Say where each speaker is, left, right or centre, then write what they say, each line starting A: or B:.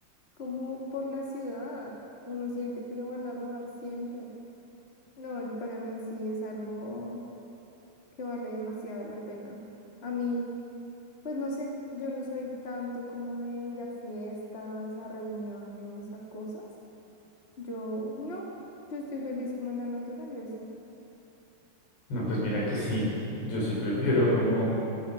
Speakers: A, on the left (about 35°); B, on the left (about 90°).
A: como por la ciudad, uno siente que lo van a robar siempre. No, para mí sí es algo que vale demasiado la pena. A mí... Pues no sé, yo no soy tanto como de ir a fiestas, a reuniones, a cosas. Yo no, yo estoy feliz como en la naturaleza.
B: No, pues mira que sí, yo sí prefiero como